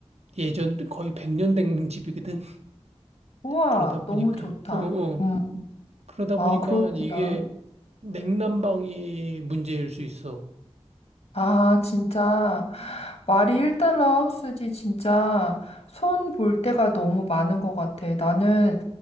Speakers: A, on the right (about 75°); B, on the left (about 70°).
A: 예전 거의 100년 된 집이거든.
B: 우와,
A: 그러다
B: 너무
A: 보니까,
B: 좋다.
A: 어, 어.
B: 음,
A: 그러다
B: 아,
A: 보니까
B: 그렇구나.
A: 이게 냉난방이 문제일 수 있어.
B: 아, 진짜. 말이 1달러 하우스지, 진짜. 손 볼 데가 너무 많은 것 같아. 나는,